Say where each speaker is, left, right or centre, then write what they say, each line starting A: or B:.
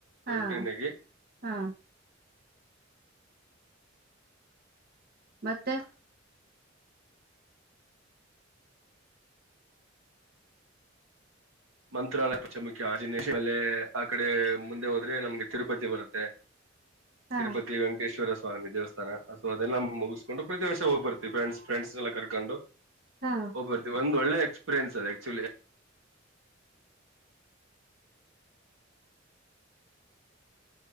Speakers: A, on the right; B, on the right.
A: ಹಾ
B: ಟ್ರೈನ್ ಆಗಿ
A: ಹಾ ಮತ್ತೆ
B: ಮಂತ್ರಾಲಯ ಪಮುಖಿ ಆಜ ಮೇಲೆ ಆ ಕಡೆ ಮುಂದೆ ಹೋದ್ರೆ ನಮ್ಗೆ ತಿರುಪತಿ ಬರುತ್ತೆ
A: ಹಾ
B: <inaudible> ತಿರುಪತಿ ವೆಂಕಟೇಶ್ವರ ಸ್ವಾಮಿ ದೇವಸ್ಥಾನ ಸೊ ಅದೆಲ್ಲ ಮುಗಿಸಕೊಂಡು ಪ್ರತಿ ವರ್ಷೋಗಬರ್ತತಿ ಫ್ರೆ್ಸ್ ಫ್ರೆಂಡ್ಸ್ ಎಲ್ಲ ಕರ್ಕೊಂಡು
A: ಹಾ
B: ಹಓ್ಬರ್ತೀವಿ ಒಂದ್ ಒಳ್ಳೆ ಎಕ್ಸ್ಪೀರಿಯನ್ಸ್ ಅದ ಆಕ್ಚುಲಿ